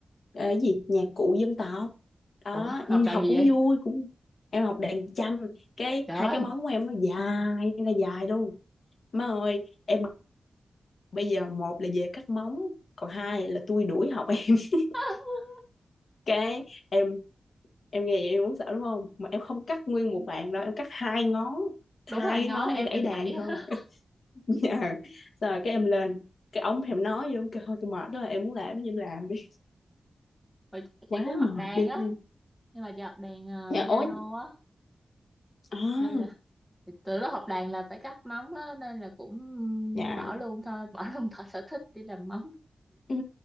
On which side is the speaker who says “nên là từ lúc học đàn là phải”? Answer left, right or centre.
Centre